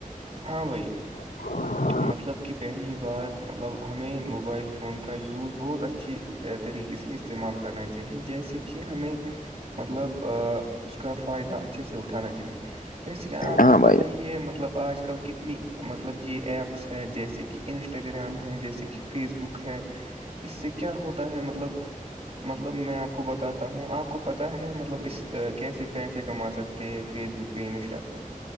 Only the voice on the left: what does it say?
<unintelligible>
ہاں
بھائی
جان